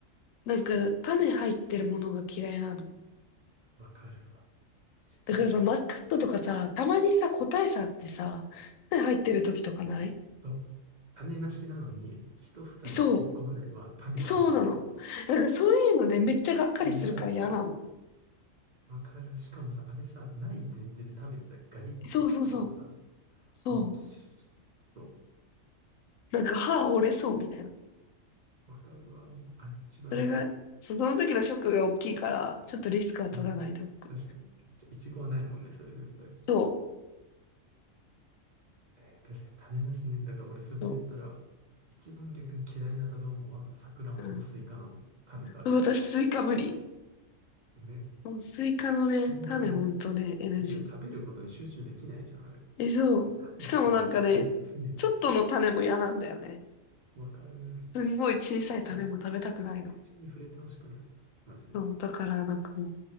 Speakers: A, on the left (about 80°); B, on the right (about 45°).
A: なんか、種入ってるものが嫌いなの。
B: わかるわ。シリアだ。
A: だからさ、マスカットとかさ、たまにさ、個体差あってさ、種入ってる時とかない
B: と、種なしなのに、一房に一個ぐらいは種あるんだよね。
A: そう。そうなの。なんかそういうので、めっちゃがっかりするから嫌なの。
B: もうやだ。わかる。しかもさ、あれさ、ない前提で食べてさ、ガリって言った時のさ、
A: そうそうそう。そう。
B: もうきしょ。
A: なんか歯折れそうみたいな。
B: わかるわ。もうあれ一番やだ。
A: それが、その時のショックが大きいから、ちょっとリスクは取らないでおく。
B: うん。確かに。ちょいちごはないもんね、それ絶対。
A: そう。
B: えー確かに種なしね。だから俺それで言ったら、
A: そ
B: 一番逆に嫌いな食べ物はさくらんぼとスイカなの。
A: う。うん、
B: 種があるか
A: 私、スイカ無理。
B: ら。ね。
A: もうスイカのね、
B: なんかしんどくない
A: 種ほんとね、NG。
B: なんか食べることに集中できないじゃん、あれ。だって種をさ、
A: え、そう。しかもなんかね、
B: もう出さない。常に。
A: ちょっとの種も嫌なんだよね。
B: わかる。
A: すんごい小さい種も食べたくないの。
B: もう口に触れてほしくない。マジで。
A: そう。だからなんかもう、